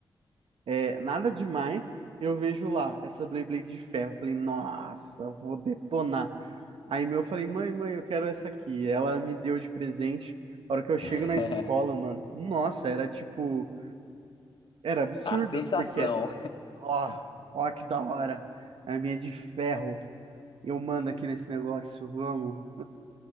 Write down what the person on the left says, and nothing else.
<laughs>
A sensação.